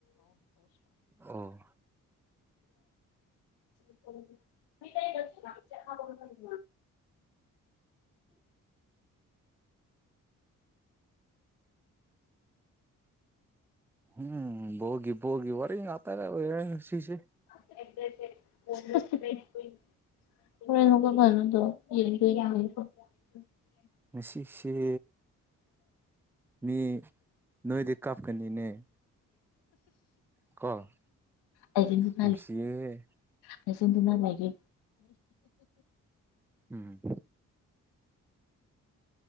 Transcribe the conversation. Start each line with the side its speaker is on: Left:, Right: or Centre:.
Centre: ꯑꯣ
Left: <unintelligible> <unintelligible> <unintelligible>
Centre: <inaudible> <inaudible> ꯎꯝ ꯕꯣꯜꯒꯤ ꯕꯣꯜꯒꯤ ꯋꯥꯔꯤ ꯑꯇꯥꯔ ꯁꯤꯁꯦ꯫
Left: <unintelligible> <unintelligible>
Centre: ꯉꯁꯤꯁꯤꯁꯦ ꯃꯤ꯫ ꯅꯣꯏꯗꯤ ꯀꯥꯞꯀꯅꯤꯅꯦ꯫ ꯀꯣ
Left: ꯑꯔꯖꯦꯟꯇꯤꯅꯥ꯫
Centre: ꯅꯨꯡꯁꯤꯌꯦ
Left: ꯐꯁꯗꯨꯅ ꯂꯒꯦ꯫
Centre: ꯎꯝ꯫